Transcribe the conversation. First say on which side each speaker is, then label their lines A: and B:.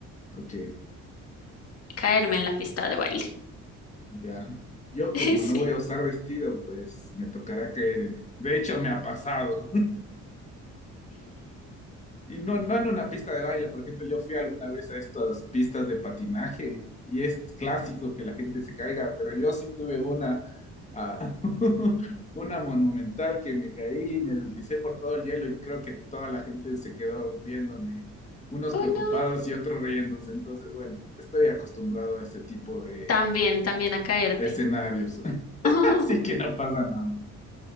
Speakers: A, on the left (about 25°); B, on the left (about 50°).
A: Ok,
B: Caerme en la pista de baile.
A: ya. Yo como
B: <laughs> Sí.
A: no voy
B: <laughs>
A: a usar vestido, pues me tocará caerme. De hecho, me ha pasado. Y no, no en una pista de baile, por ejemplo, yo fui alguna vez a estas pistas de patinaje y es clásico que la gente se caiga, pero yo sí tuve una, ah, <laughs> una monumental que me caí, me deslicé por todo el hielo y creo que toda la gente se quedó viéndome, unos
B: Oh,
A: preocupados
B: no.
A: y otros riéndose. Entonces, bueno, estoy acostumbrado a este tipo de
B: También, también a caerte.
A: escenarios, <laughs>
B: <laughs>
A: así que no pasa nada.